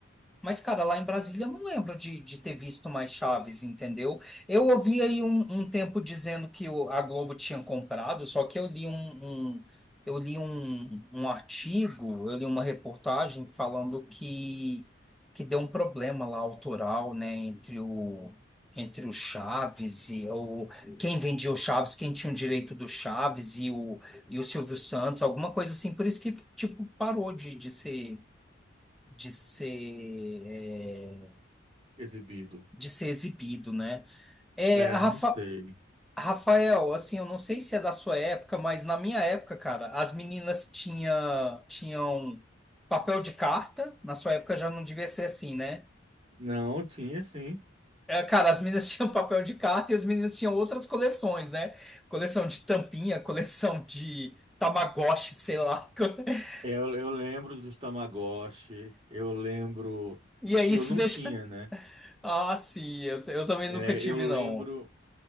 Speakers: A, in the centre; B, on the right (about 30°).
A: Mas, cara, lá em Brasília eu não lembro de, de ter visto mais Chaves, entendeu? Eu ouvi aí um, um tempo dizendo que o- a Globo tinha comprado, só que eu li um, um- eu li um, um artigo, eu li uma reportagem falando que, que deu um problema lá autoral, né, entre o, entre o Chaves e o quem vendia o Chaves, quem tinha o direito do Chaves e o, e o Silvio Santos, alguma coisa assim. Por isso que, tipo, parou de, de ser, de ser, é,
B: exibido.
A: de ser exibido, né? É,
B: É,
A: a Rafa,
B: não sei.
A: Rafael, assim, eu não sei se é da sua época, mas na minha época, cara, as meninas tinha, tinham papel de carta. Na sua época já não devia ser assim, né?
B: Não, tinha sim.
A: É, Cara, as meninas <laughs> tinham papel de carta e as meninas tinham outras coleções, né? Coleção de tampinha, coleção de Tamagotchi, sei lá. <laughs>
B: É, Eu, eu lembro dos Tamagotchi, eu lembro
A: E aí
B: que
A: isso
B: eu não
A: deixa.
B: tinha, né?
A: Ah, sim, eu, eu também
B: É,
A: nunca tive,
B: eu lembro,
A: não.